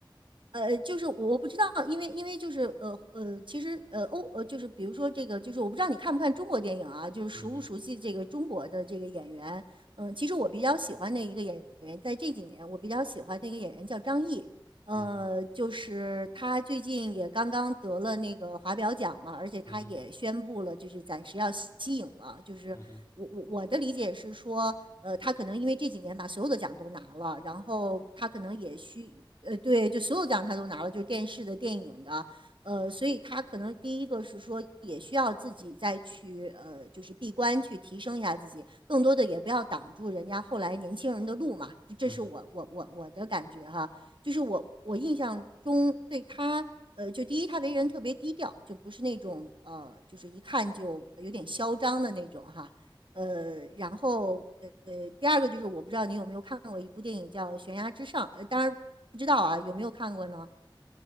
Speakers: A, on the right (about 75°); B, on the left (about 35°).
A: 呃，就是我不知道，因为因为就是呃呃，其实呃欧呃就是比如说这个，就是我不知道你看不看中国电影啊，就是熟不熟悉这个中国的这个演员。
B: 嗯哼，
A: 嗯，其实我比较喜欢的一个演员，在这几年我比较喜欢的一个演员叫张译，呃，
B: 嗯哼，
A: 就是他最近也刚刚得了那个华表奖嘛，而且他也宣布了，
B: 嗯哼，
A: 就是暂时要息影了。就是我我我的理解是说，
B: 嗯哼，
A: 呃，他可能因为这几年把所有的奖都拿了，然后他可能也需，呃，对，就所有奖他都拿了，就是电视的、电影的，呃，所以他可能第一个是说，也需要自己再去，呃，就是闭关去提升一下自己，更多的也不要挡住人家后来年轻人的路嘛，这是我我我我的感觉哈。
B: 嗯哼，
A: 就是我我印象中对他，呃，就第一他为人特别低调，就不是那种呃，就是一看就有点嚣张的那种哈。呃，然后呃呃，第二个就是我不知道你有没有看过一部电影叫《悬崖之上》，呃，当然不知道啊，有没有看过呢？